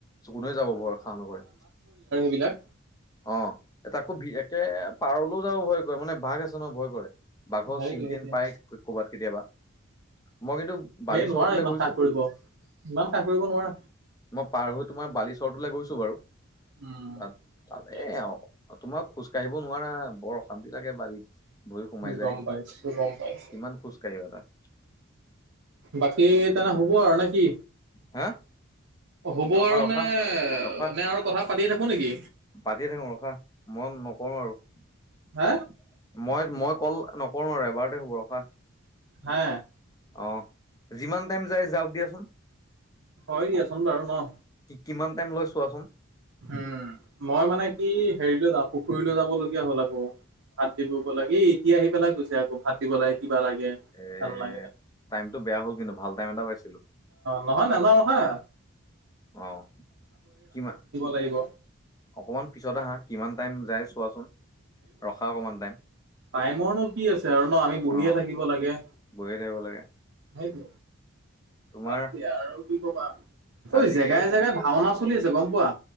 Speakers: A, on the left; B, on the right.
A: চ কোনে যাব ভৰসা নকৰে
B: বিলাক
A: অ তাকো ভি একে পাৰলৈ যাও ভয় কৰে মানে বাঘ আছে ন ভয় কৰে বাঘৰ
B: সেইটোৱে
A: চিন তিন
B: সেইটোৱে
A: পাই কৰ'বাত কেতিয়াবা মই কিন্তু
B: সেই
A: বালিচৰটো
B: নোৱাৰা ইমান
A: গৈ
B: সাহ কৰিব ইমান সাহ কৰিব নোৱাৰা।
A: মই পাৰ হৈ তোমাৰ বালিচৰটোলৈ গৈছো বাৰু
B: উম
A: তাত
B: ঠিকে
A: তা
B: আছে
A: এ অ তোমাক খোজ কাঢ়িব নোৱাৰা বৰ অশান্তি লাগে বাৰীত। ভই সোমাই
B: গম
A: যায় কিমান
B: পাইছো গম পাইছো
A: খোজ কাঢ়িবা তাত?
B: বাকী তেনে হ'ব আৰু নে কি?
A: হা
B: হ'ব
A: ৰখা
B: আৰু
A: ৰখা
B: নে
A: ৰখা
B: নে আৰু কথা পাতিয়ে থাকো নেকি?
A: পাতিয়ে থাকো ৰখা মই নকৰো আৰু
B: হা
A: মই মই কল নকৰো আৰু এবাৰতে হব ৰখা
B: হা
A: অ যিমান টাইম যাই যাওক দিয়াচোন?
B: হয় দিয়াচোন বাৰু ন
A: কিমান টাইম লৈ চোৱাচোন?
B: উম মই মানে কি হেৰিলৈ যাওঁ? পুখুৰীলৈ যাব লগগীয়া হ'ল আকৌ ভাত দিব লাগে এই এতিয়া আহি পেলাই গৈছে আকৌ ভাত দিব লাগে। বা লাগে
A: এ
B: ভাল লাগে ন
A: টাইমটো বেয়া হ'ল কিন্তু ভাল টাইম এটা পাইছিলো
B: নহয় ন নাযাওঁ ৰখা
A: অ কিমা
B: লাগিব।
A: অকমান পিছত আহা কিমান টাইম? যাই চোৱাচোন ৰখা অকমান টাইম?
B: টাইমৰ নো কি আছে আৰু ন আমি বহিয়ে
A: অ
B: থাকিব লাগে
A: বহিয়ে থাকিব লাগে
B: সেইত
A: তোমাৰ
B: বাকী আৰু কি কবা, ঐ
A: আজি
B: জেগাই জেগাই ভাওনা চলি আছে গম পোৱা